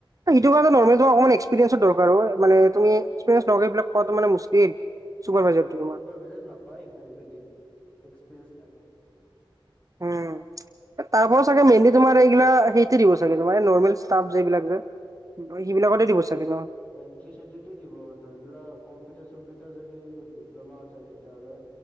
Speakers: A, on the right; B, on the left.
A: এ সেইটো কাৰণে নৰ্মেল অকমান এক্সপেৰিয়েঞ্চৰ দৰকাৰ, মানে তুমি এক্সপিৰিয়েঞ্চ নোহোৱাকে এইবিলাক পোৱাতো মানে মু্স্কিল, চুপাৰভাইজাৰটো তোমাৰ।
B: চুপাৰভাইজাৰত না পোৰা ইণ্টাৰভিউ দিয়ে, এক্সপেৰিয়েঞ্চ লাগে।
A: উম, তাৰ পৰা চাগে মেইনলি তোমাৰ এইগিলা সেই তি দিব চাগে, তোমাৰ এই নৰ্মেল ষ্টাফ যে এইবিলাক যে, সেইবিলাকতে দিব চাগে ন।
B: এণ্ট্ৰি চেণ্ট্ৰিতে দিব ধৰি লোৱা কম্পিউটাৰ চম্পিউটাৰ যদি ডিপ্ল'মা আছে তেতিয়াহ'লে।